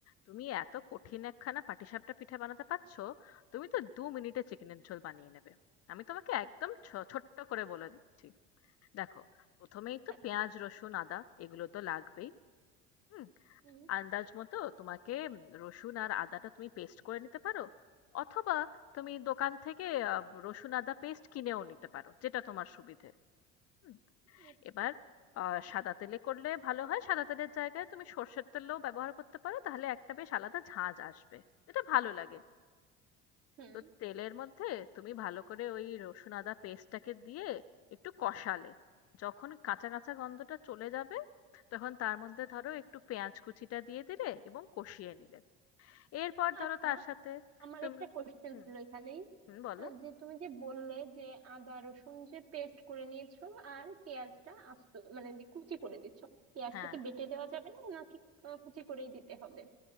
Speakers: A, on the left; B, on the right.
A: তুমি এত কঠিন একখানা পাটিসাপটা পিঠে বানাতে পারছো তুমি তো দু মিনিটে চিকেনের ঝোল বানিয়ে নেবে আমি তোমাকে একদম ছ- ছোট্ট করে বলে দিচ্ছি দেখো প্রথমেই তো
B: হ্যাঁ
A: পেঁয়াজ রসুন আদা এগুলো তো লাগবেই হুম
B: হুম।
A: আন্দাজ মতো তোমাকে উম, রসুন আর আদাটা তুমি পেস্ট করে নিতে পারো অথবা তুমি দোকান থেকে আহ, রসুন আদা পেস্ট কিনেও নিতে পারো যেটা তোমার সুবিধে হুম,
B: হুম,
A: এবার আহ সাদা তেলে করলে ভালো হয় সাদা তেলের জায়গায় তুমি সর্ষের তেলও ব্যবহার করতে পারো তাহলে একটা বেশ আলাদা ঝাঁঝ আসবে এটা ভালো লাগে
B: হুম
A: তো তেলের মধ্যে তুমি ভালো করে ওই রসুন আদা পেস্টটাকে দিয়ে একটু কষালে যখন কাঁচা কাঁচা গন্ধটা চলে যাবে তখন তার মধ্যে ধরো একটু পেঁয়াজ কুচিটা দিয়ে দিলে এবং কষিয়ে নিলে এরপর ধরো
B: আচ্ছা
A: তার সাথে
B: আমার
A: তুমি
B: একটা কোশ্চেন
A: হুম
B: ছিল এখানেই
A: হুম বলো
B: আহ, যে তুমি যে বললে যে আদা রসুন যে পেস্ট করে নিয়েছো আর পেঁয়াজটা আস্ত মানে যে কুচি করে দিচ্ছ পেঁয়াজটাকে
A: হ্যাঁ
B: বেটে দেওয়া যাবে না নাকি আহ, কুচি করেই দিতে হবে